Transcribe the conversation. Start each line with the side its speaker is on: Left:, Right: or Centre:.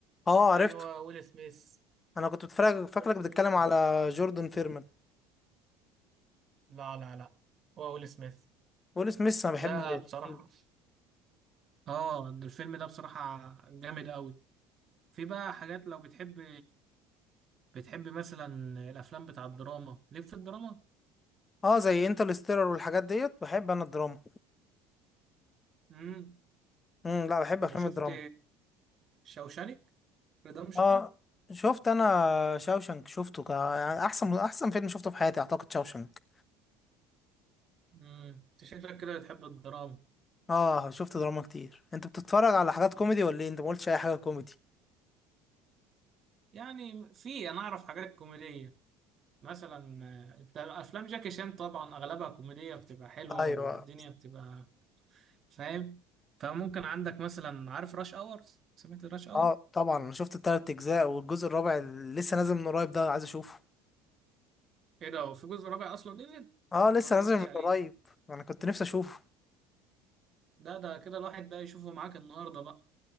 Left: اه
Right: ايوه
Left: عرفته
Right: ويل سميث
Left: انا كنت بتفرج فاكرك
Right: ويل
Left: بتتكلم
Right: سميث
Left: على
Right: ده
Left: جوردن فيرمان
Right: لا لا لا هو ويل سميث
Left: ويل سميث انا
Right: ده
Left: بحبه جدا.
Right: بصراحة اه الفيلم ده بصراحة جامد قوي في بقى حاجات لو بتحب بتحب مثلا الافلام بتاع الدراما ليك في الدراما
Left: اه زي انترستيلر والحاجات ديت بحب انا الدراما
Right: امم
Left: امم لا بحب
Right: طب
Left: افلام
Right: شفت
Left: الدراما
Right: شوشانك ريدمشن
Left: اه شفت انا شاوشنك شفته ك... يعني احسن احسن فيلم شفته في حياتي اعتقد شاوشنك
Right: امم انت شكلك كده بتحب الدراما
Left: اه شفت دراما كتير انت بتتفرج على حاجات كوميدي ولا ايه انت ما قلتش اي حاجه كوميدي
Right: يعني في انا اعرف حاجات كوميدية مثلا آه، انت افلام جاكي شان طبعا اغلبها كوميديه بتبقى حلوه
Left: ايوه
Right: والدنيا بتبقى فاهم فممكن عندك مثلا عارف راش اور سمعت راش اور
Left: اه طبعا انا شفت التلات اجزاء والجزء الرابع اللي لسه نازل من قريب ده عايز اشوفه
Right: ايه ده هو في جزء رابع اصلا نزل انا
Left: اه لسه
Right: ما اتفرجتش
Left: نازل من قريب
Right: عليه
Left: انا كنت نفسي اشوفه
Right: ده ده كده الواحد بقى يشوفه معاك النهارده بقى